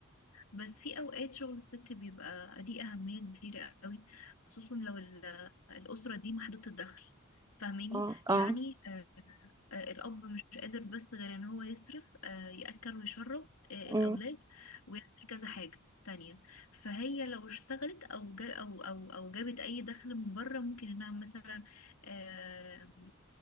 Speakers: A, on the left (about 85°); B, on the right (about 15°).
A: بس في أوقات شغل الست بيبقى ليه أهمية كبيرة قوي خصوصا لو ال- الأسرة دي محدودة الدخل فاهماني
B: اه
A: يعني
B: اه
A: آه، آه، الأب مش قادر بس غير إن هو يصرف آه، يأكل ويشرب آه،
B: أمم،
A: الأولاد ويعمل كذا حاجة تانية فهي لو اشتغلت أو جا أو أو أو جابت أي دخل من بره ممكن إنها مثلا آه،